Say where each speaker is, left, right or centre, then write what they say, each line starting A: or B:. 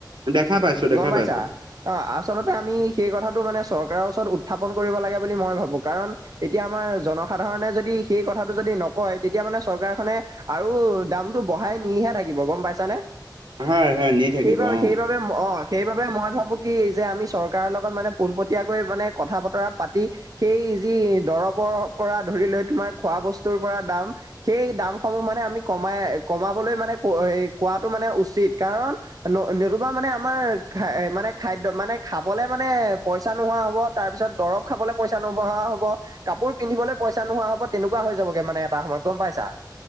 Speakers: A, on the right; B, on the right.
A: দেখা পাইছোঁ, দেখা
B: গম পাইছাঁ।
A: পাইছোঁ।
B: অঁ আচলতে আমি সেই কথাটো মানে চৰকাৰৰ ওচৰত উত্থাপন কৰিব লাগে বুলি মই ভাবো। কাৰণ এতিয়া আমাৰ জনসাধাৰণে যদি সেই কথাটো যদি নকয়, তেতিয়া মানে চৰকাৰখনে- আৰু দামটো বঢ়াই নিহে থাকিব গম পাইছানে?
A: হয়, হয়, নি থাকিব
B: সেইবাবে
A: অ'।
B: সেইবাবে ম অঁ- সেইবাবে মই ভাবো কি যে আমি চৰকাৰৰ লগত মানে পোনপটীয়াকৈ মানে কথা বতৰা পাতি- সেই যি দৰৱৰ পৰা ধৰি লৈ তোমাৰ খোৱা বস্তুৰ পৰা দাম- সেই দামসমূহ মানে আমি কমাই কমাবলৈ মানে কোৱাটো মানে উচিত, কাৰণ- নতুবা মানে আমাৰ খ মানে খাদ্য মানে খাবলে মানে পইচা নোহোৱা হ'ব। তাৰ পিছত দৰৱ খাবলৈ পইচা নোহোৱা হ'ব। কাপোৰ পিন্ধিবলৈ পইচা নোহোৱা হ'ব তেনেকুৱা হৈ যাবগে মানে এটা সময়ত গম পাইছা।